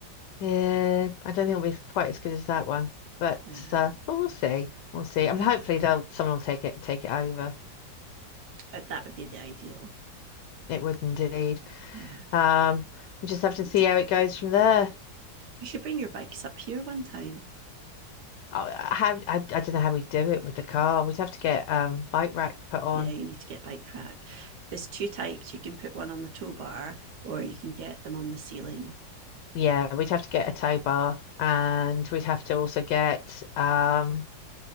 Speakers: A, on the left; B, on the right.
A: yeah, I don't think it'll be quite as good as that one. But
B: Yeah.
A: uh but we'll see. We'll see.
B: Yeah.
A: I mean hopefully they'll someone will take it take it over.
B: But that would be the ideal.
A: It would indeed.
B: Yeah.
A: Um, we just have to
B: You,
A: see
B: d-
A: how it goes from there.
B: you should bring your bikes up here one time.
A: Oh, how I, I don't know how we would do it with the car. We'd have to get um bike rack put on.
B: Yeah, you need to get bike rack. There's two types. You can put one on the tow bar or you can get them on the ceiling.
A: Yeah, we'd have to get a tow bar and we'd have to also get um